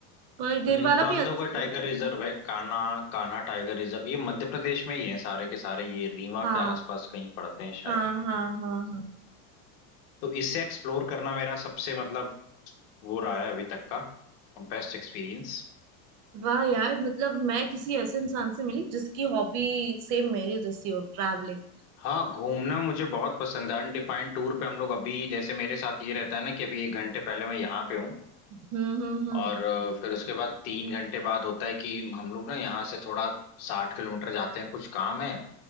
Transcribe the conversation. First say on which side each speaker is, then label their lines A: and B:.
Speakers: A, on the right; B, on the left.
A: पर गिर
B: हम्म,
A: वाला
B: Bandhavgarh
A: भी अच्छा
B: tiger
A: है
B: reserve है कान्हा कान्हा टाइगर रिजर्व ये मध्य प्रदेश में ही है सारे के सारे ये रीवा
A: हाँ
B: के आसपास कहीं पड़ते हैं शायद
A: हाँ हाँ हाँ हाँ
B: तो इसे एक्सप्लोर करना मेरा सबसे मतलब वो रहा है अभी तक का बेस्ट एक्सपीरियंस
A: वाह यार मतलब मैं किसी ऐसे इंसान से मिली जिसकी हॉबी सेम मेरी जैसी हो ट्रैवलिंग
B: हाँ घूमना मुझे बहुत पसंद है अनडिफाइंड टूर पे हम लोग अभी जैसे मेरे साथ ये रहता है ना कि अभी एक घंटे पहले मैं यहाँ पे हूँ
A: हम्म हम्म हम्म
B: और अ, फिर उसके बाद तीन घंटे बाद होता है कि हम लोग ना यहाँ से थोड़ा साठ किलोमीटर जाते हैं कुछ काम है